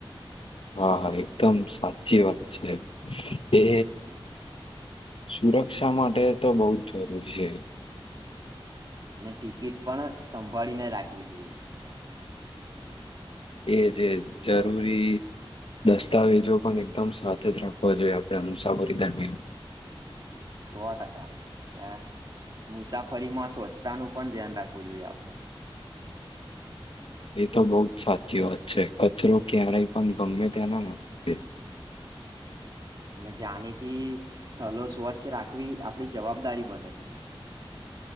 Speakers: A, on the left; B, on the right.
A: હા હા એકદમ સાચી વાત છે એ. સુરક્ષા માટે તો બહુ જ જરૂરી છે.
B: અને ટિકિટ પણ સંભાળીને રાખવી જોઈએ.
A: એ જે જરૂરી દસ્તાવેજો પણ એકદમ સાથે જ રાખવો જોઈએ આપણે મુસાફરી દરમિયાન.
B: સોવા ટકા હ. મુસાફરીમાં સ્વચ્છતાનું પણ ધ્યાન રાખવું જોઈએ આપણે.
A: એ તો બહુ જ સાચી વાત છે કચરો ક્યારેય પણ ગમે ત્યાંના નથી.
B: અને જાયાનીથી સ્થળ સ્વચ્છ રાખવી આપડી જવાબદારી બને છે.